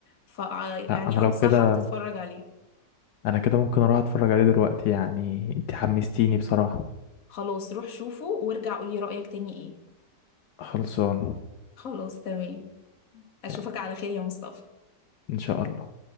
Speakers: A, on the left; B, on the left.
A: ف
B: لا
A: يعني
B: انا لو
A: انصحك
B: كده
A: تتفرج عليه
B: انا كده ممكن اروح اتفرج عليه دلوقتي يعني انت حمستيني بصراحة
A: خلاص روح شوفه وارجع قولي رأيك تاني ايه
B: خلصان
A: خلاص تمام اشوفك
B: يلا
A: على خير يا مصطفى
B: ان شاء الله